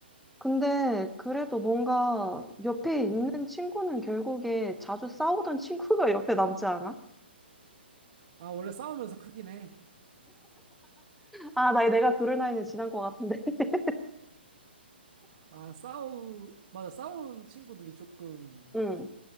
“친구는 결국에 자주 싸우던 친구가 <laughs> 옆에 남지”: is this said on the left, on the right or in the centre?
Centre